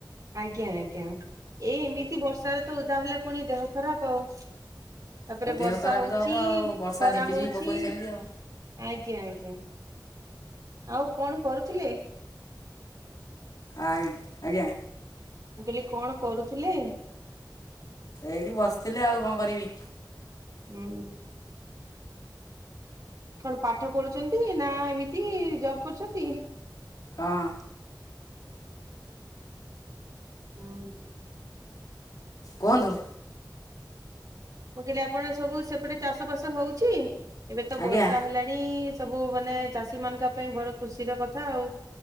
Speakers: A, on the right; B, on the left.
A: ଆଜ୍ଞା ଆଜ୍ଞା ଏଇ ଏମିତି ବର୍ଷାରେ ତ ଓଦା ହେଲେ ପୁଣି ଦେହ ଖରାପ ଆଉ। ତାପରେ
B: ଆଉ ଦେହ
A: ବର୍ଷା
B: ଖରାପ
A: ହଉଛି
B: ତ ହବ ଆଉ ବର୍ଷା
A: ଖରା
B: ଝିପିଝିପି
A: ହଉଛି।
B: ପକଉଛି ସେମିତି ଆଉ
A: ଆଜ୍ଞା ଆଜ୍ଞା। ଆଉ କଣ କରୁଥିଲେ?
B: ଆ ଆଜ୍ଞା।
A: ମୁଁ କହିଲି କଣ କରୁଥିଲେ?
B: ଏଇଠି ବସିଥିଲି। ଆଉ କଣ କରିବି?
A: ହୁଁ। କଣ ପାଠ ପଢୁଛନ୍ତି ନା ଏମିତି ଜବ କରୁଛନ୍ତି?
B: ହଁ।
A: ଉଁ ହୁଁ।
B: କୁହନ୍ତୁ।
A: ମୁଁ କହିଲି ଆପଣ ସବୁ ସେପଟେ ଚାଷ ବାସ ହଉଛି? ଏବେ ତ
B: ଆଜ୍ଞା
A: ବର୍ଷା ହେଲା ଣି ସବୁ ମାନେ ଚାଷୀ ମାନକା ପାଇଁ ବଡ ଖୁସିର କଥା ଆଉ।